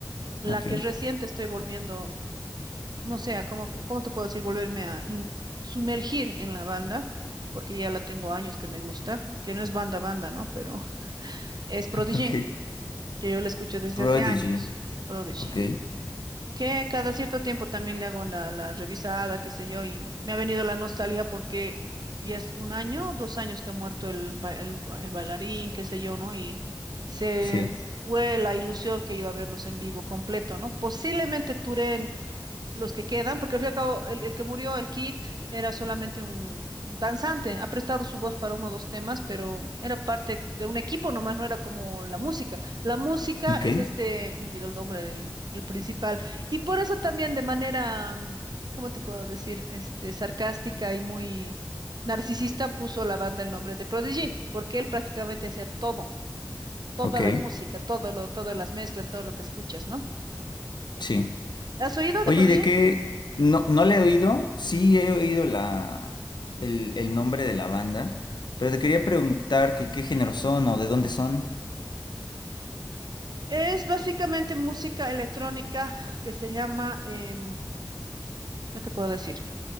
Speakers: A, on the right; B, on the left.
A: La
B: Ok,
A: que reciente estoy volviendo, no sé, a ¿cómo, cómo te puedo decir? Volverme a in- sumergir en la banda, porque ya la tengo años que me gusta, que no es banda banda, ¿no? Pero <laughs> es Prodigy,
B: <laughs> ok.
A: que yo la escucho desde
B: Prodigy,
A: hace años. Prodigy.
B: ok.
A: que cada cierto tiempo también le hago la, la revisada, qué sé yo, y me ha venido la nostalgia porque ya es un año, dos años que ha muerto el, ba- el, ba- el bailarín, qué sé yo, ¿no? Y se
B: Sí,
A: fue la ilusión que iba a verlos en vivo completo, ¿no? Posiblemente Touré los que quedan, porque al fin y al cabo el, el que murió, el Kid, era solamente un danzante, ha prestado su voz para uno o dos temas, pero era parte de un equipo nomás, no era como la música. La música
B: ok,
A: es este, me olvidó el nombre del, del principal, y por eso también de manera, mm, ¿cómo te puedo decir? Este, sarcástica y muy narcisista puso a la banda el nombre de Prodigy, porque él prácticamente hacía todo, toda
B: ok,
A: la música, todo lo, todas las mezclas, todo lo que escuchas, ¿no?
B: sí.
A: ¿Has oído
B: Oye,
A: de Prodigy?
B: ¿y de qué? No, no le he oído, sí he oído la, el, el nombre de la banda, pero te quería preguntar que qué género son o de dónde son.
A: Es básicamente música electrónica que se llama, em, ¿qué te puedo decir?